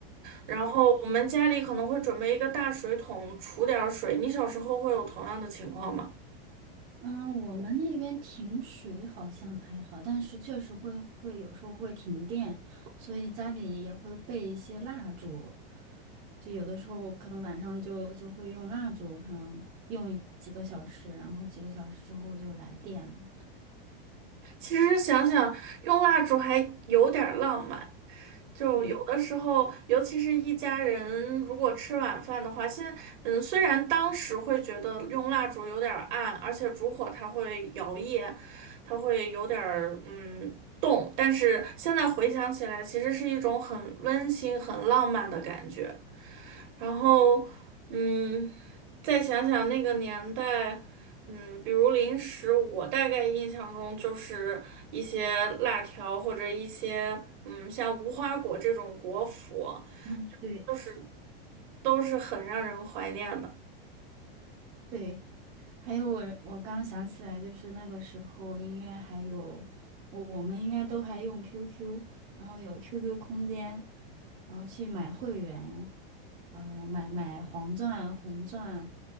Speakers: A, on the right; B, on the right.
A: 然后我们家里可能会准备一个大水桶，储点儿水。你小时候会有同样的情况吗？
B: 嗯，我们那边停水好像还好，但是确实会会有时候会停电，所以家里也会备一些蜡烛，就有的时候可能晚上就就会用蜡烛，可能用几个小时，然后几个小时之后就来电了。
A: 其实想想，用蜡烛还有点儿浪漫。就有的时候，
B: 对，
A: 尤其是一家人如果吃晚饭的话，现嗯，虽然当时会觉得用蜡烛有点儿暗，而且烛火它会摇曳，它会有点儿嗯动，但是现在回想起来，其实是一种很温馨、很浪漫的感觉。然后，嗯，再想想那个年代，嗯，比如零食，我大概印象中就是一些辣条或者一些，嗯，像无花果这种果脯，
B: 嗯，对。
A: 就是都是很让人怀念的。
B: 对，还有我我刚想起来，就是那个时候应该还有我我们应该都还用 QQ，然后有 QQ 空间，然后去买会员，呃，买买黄钻、红钻，